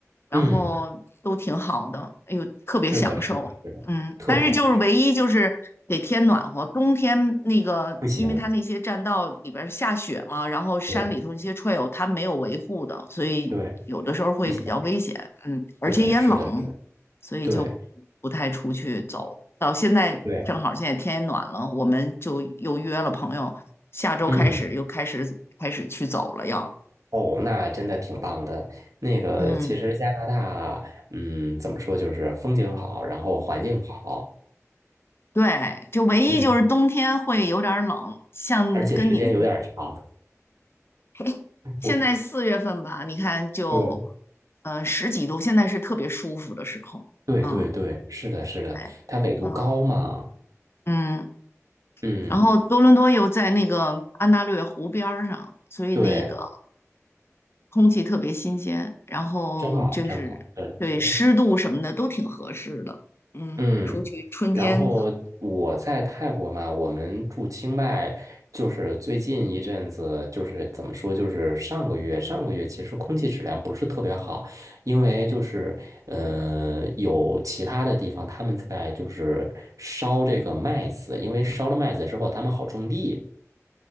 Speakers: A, on the left; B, on the right.
A: 然后都挺好的，
B: 嗯，
A: 哎呦，特别享受。
B: 是的，是的，是的，
A: 嗯，
B: 特奖
A: 但是就是唯一就是得天暖和，冬天那个，
B: 不行，
A: 因为它那些栈道里边儿下雪嘛，然后山里头那些
B: 对
A: trail 它没有维护的，所以有的时候会比较危险，
B: 对，危险，
A: 嗯，而且也冷，
B: 对，是的，是的，
A: 所以就不太出去走。
B: 对
A: 到现在正好现在天也暖了，
B: 对，
A: 我们就又约了朋友，下周开始又开始开始去走了要，
B: 嗯。哦，那真的挺棒的。那个，
A: 嗯，
B: 其实加拿大，嗯，怎么说，就是风景好，然后环境好，
A: 对，就唯一就是冬天会有点儿冷，
B: 嗯，
A: 像跟你们
B: 而且时间有点儿长。
A: <laughs>
B: <laughs>
A: 现在四月份吧，
B: 我
A: 你看就
B: 对
A: 嗯、呃十几度，现在是特别舒服的时候，
B: 对对对，
A: 嗯，
B: 是的，是的，
A: 哎，
B: 它纬度高嘛，
A: 嗯嗯。
B: 嗯，
A: 然后多伦多又在那个安大略湖边儿上，所以那个
B: 对，
A: 空气特别新鲜，然后就是对湿度什么的都挺合适的。
B: 真好，真好，是的，是的。
A: 嗯，
B: 嗯，
A: 出去春天
B: 然后我在泰国嘛，我们住清迈，就是最近一阵子，就是怎么说，就是上个月，上个月其实空气质量不是特别好，因为就是呃，有其他的地方他们在就是烧这个麦子，因为烧了麦子之后，他们好种地。